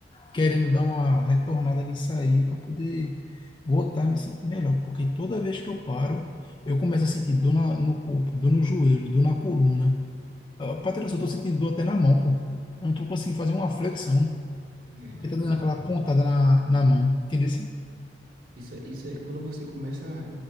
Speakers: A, on the left (about 25°); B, on the right (about 50°).
A: querendo dar uma retornada nisso aí para poder voltar a me sentir melhor, porque toda vez que eu paro, eu começo a sentir dor na- no corpo, dor no joelho, dor na coluna. Ó, Patrocínio, eu tô sentindo dor até na mão, pô. Eu não tô conseguindo fazer uma flexão,
B: É,
A: porque
B: tô ligado.
A: tá dando aquela pontada na, na mão. Entendeu?
B: Isso, é- isso é quando você começa,